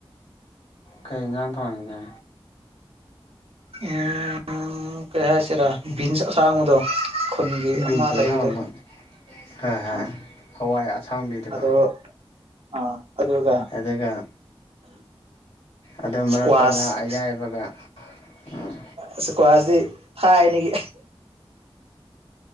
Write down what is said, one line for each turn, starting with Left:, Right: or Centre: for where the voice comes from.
Left: ꯀꯩ ꯏꯟꯖꯥꯡ ꯊꯣꯡꯉꯤꯒꯦ
Right: ꯎꯝ ꯀꯩ ꯍꯥꯏꯁꯤꯔꯥ ꯕꯤꯟꯁ ꯑꯁꯥꯡꯕꯗꯣ ꯈꯨꯟꯒꯤ
Left: ꯕꯤꯟꯁ
Right: ꯑꯃ ꯂꯩꯕꯗꯣ
Left: ꯑꯁꯥꯡꯕ ꯍꯣꯏ ꯍꯣꯏ
Right: ꯑꯥ
Left: ꯍꯋꯥꯏ ꯑꯁꯥꯡꯕꯤꯗꯨꯀꯣ
Right: ꯑꯗꯣ ꯑꯥ ꯑꯗꯨꯒ
Left: ꯑꯗꯨꯒ ꯑꯗꯨ
Right: ꯏꯁꯀ꯭ꯋꯥꯁ
Left: ꯃꯔꯛꯇ ꯉꯥꯥ ꯑꯌꯥꯏꯕꯒ ꯎꯝ
Right: ꯑꯁ ꯀ꯭ꯋꯥꯖꯦ ꯊꯥꯏꯅꯒꯤ